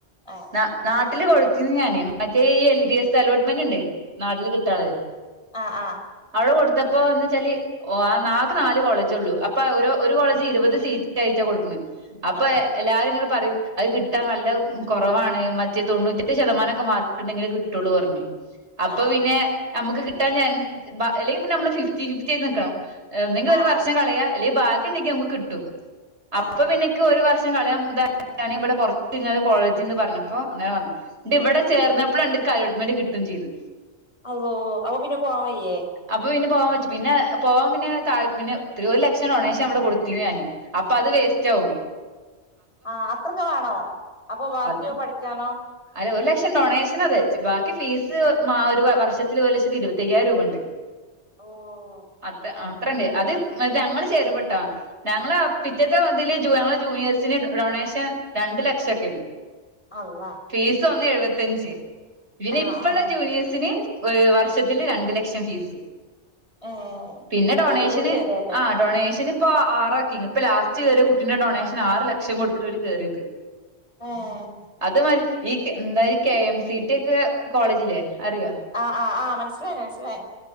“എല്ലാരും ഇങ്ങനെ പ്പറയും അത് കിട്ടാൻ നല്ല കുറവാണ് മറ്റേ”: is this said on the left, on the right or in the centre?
Right